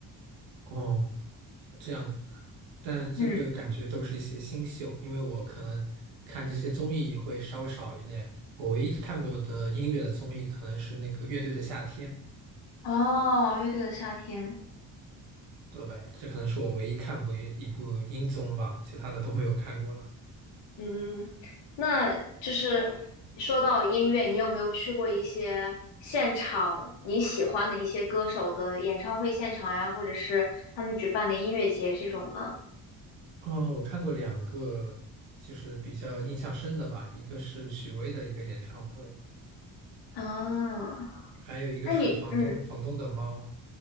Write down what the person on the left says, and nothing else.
嗯，
哦，乐队的夏天。
嗯，那就是说到音乐，你有没有去过一些现场你喜欢的一些歌手的演唱会现场呀，或者是他们举办的音乐节这种呢？
啊，
那你，嗯